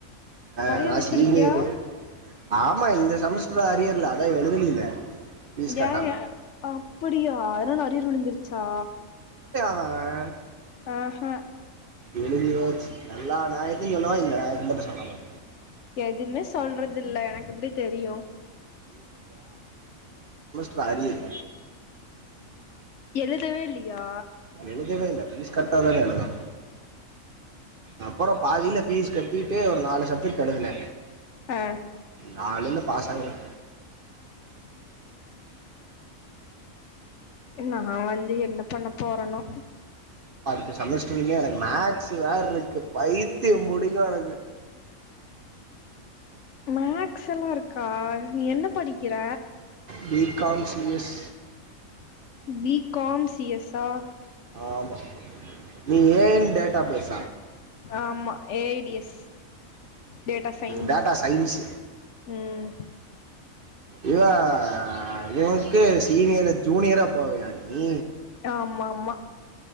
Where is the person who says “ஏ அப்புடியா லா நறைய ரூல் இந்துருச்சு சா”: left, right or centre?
Left